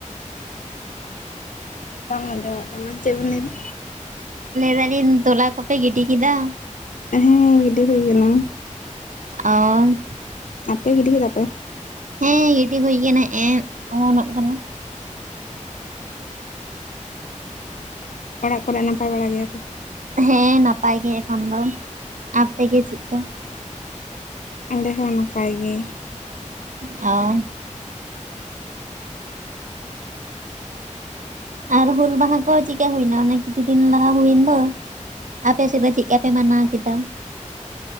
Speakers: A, on the left (about 75°); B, on the right (about 70°).
A: ᱵᱟᱝ ᱟᱸᱡᱚᱢᱚᱜ ᱠᱟᱱᱟ ᱪᱮᱫ ᱵᱤᱱ ᱞᱟᱹᱭ ᱫᱟ?
B: ᱞᱟᱹᱭ ᱫᱟᱞᱤᱧ ᱛᱚᱞᱟ ᱠᱚᱯᱮ ᱜᱤᱰᱤ ᱠᱮᱫᱟ᱾
A: ᱦᱮᱸ ᱜᱤᱰᱤ ᱦᱩᱭ ᱠᱟᱱᱟ,
B: ᱚᱻ
A: ᱟᱯᱮ ᱜᱤᱰᱤ ᱠᱮᱫᱟ ᱯᱮ?
B: ᱦᱮᱸ ᱜᱤᱰᱤ ᱦᱩᱭ ᱟᱠᱟᱱᱟ ᱦᱮᱜᱼᱮ ᱚᱢᱚᱱᱚᱜ ᱠᱟᱱᱟ᱾
A: ᱚ ᱚᱲᱟᱜ ᱠᱚᱨᱮ ᱱᱟᱯᱟᱭ ᱵᱟᱲᱟ ᱜᱮᱭᱟ ᱠᱚ᱾
B: ᱦᱮᱸ ᱱᱟᱯᱟᱭ ᱜᱮ ᱮᱠᱷᱚᱱ ᱫᱚ ᱟᱯᱮ ᱜᱮ ᱪᱮᱫ ᱠᱟ?
A: ᱟᱞᱮ ᱦᱚᱸ ᱱᱟᱯᱟᱭ ᱜᱮ,
B: ᱚᱻ ᱟᱨ ᱦᱩᱞ ᱢᱟᱦᱟᱸ ᱠᱚ ᱪᱮᱫ ᱠᱟ ᱦᱩᱭ ᱮᱱᱟ ᱚᱱᱟ ᱠᱤᱪᱷᱩ ᱫᱤᱱ ᱞᱟᱦᱟ ᱦᱩᱭ ᱮᱱ ᱫᱚ, ᱟᱯᱮ ᱥᱮᱫ ᱫᱚ ᱪᱮᱫ ᱠᱟ ᱯᱮ ᱢᱟᱱᱟᱣ ᱠᱮᱫᱟ?